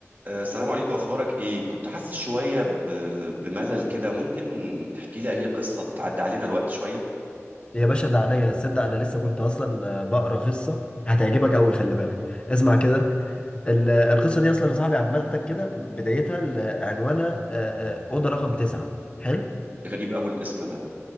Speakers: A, on the right; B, on the left.
A: أه، السلام عليكم اخبارك ايه كنت حاسس شويه ب... بملل كده ممكن تحكي لي اي قصه تعدي علينا الوقت شويه
B: يا باشا ده عينيا تصدق انا لسه كنت اصلا آه، بقرا قصه هتعجبك قوي خلي بالك اسمع كده ال- القصه دي اصلا يا صاحبي عامه كده بدايتها ال- عنوانها آه، آه، اوضه رقم تسعة حلو
A: غريب اول اسم ده